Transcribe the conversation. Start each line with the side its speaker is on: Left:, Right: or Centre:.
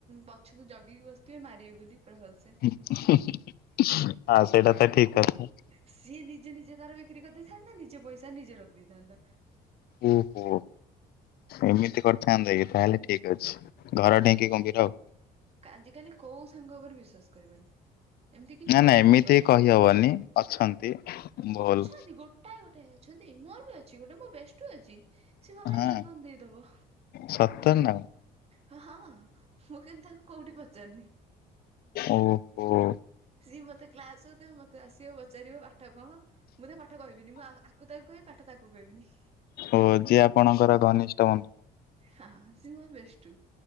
Right: ପଛକୁ ଉଁ ଜଗିକି ବସିଥିବେ ମାରିବେ ବୋଲି ପୁରା ଭଲସେ।
Left: ହୁଁ ଆଁ ସେଇଟା ତ ଠିକ କଥା।
Right: ସିଏ ନିଜେ ନିଜେ ତାର ବିକ୍ରି କରିଦେଇଥାନ୍ତା ନିଜେ ପଇସା ନିଜେ ରଖିଦେଇଥାନ୍ତା।
Left: ଓହୋ ଏମିତି କର୍ ଥାଆନ୍ତା କି ତାହେଲେ ଠିକ ଅଛି ଘର ଢିଙ୍କି କୁମ୍ଭୀର ଆଉ।
Right: କା ଆଜି କାଲି କୋଉ ସାଙ୍ଗ ଉପରେ ବିଶ୍ଵାସ କରିବନି। ଏମିତି କି
Left: ନା
Right: କୋଉ
Left: ନା ଏମିତି
Right: ସାଙ୍ଗ ନାଇଁ
Left: କହିହବନି ଅଛନ୍ତି। ଭୁଲ
Right: ଅଛନ୍ତି ଗୋଟାଏ ଗୋ ଟାଏ ଅଛନ୍ତି ମୋର ବି ଅଛି ଗୋଟେ ମୋ ବେଷ୍ଟୁ ଅଛି ସି ମୋ ଭାଇ
Left: ହଁ
Right: ଜୀବନ ଦେଇଦବ।
Left: ସତରେ ନା କଣ?
Right: ହ ହଁ ମୁଁ କିନ୍ତୁ ତାକୁ କୋଉଠି ପଚାରୁନି।
Left: ଓହୋ।
Right: ସିଏ ମତେ କ୍ଲାସ ହୋଉଥିବ ମତେ ଆସିବ ପଚାରିବ ପାଠ କହ। ମୁଁ ତାକୁ ପାଠ କହିବିନି ମୁଁ ଆ-ଆକୁ ତାକୁ କହିବି ପାଠ ତାକୁ କହିବିନି।
Left: ଓ ଯିଏ ଆପଣଙ୍କର ଘନିଷ୍ଠ ବନ୍
Right: ହ ହ ହ ସିଏ ମୋ ବେଷ୍ଟୁ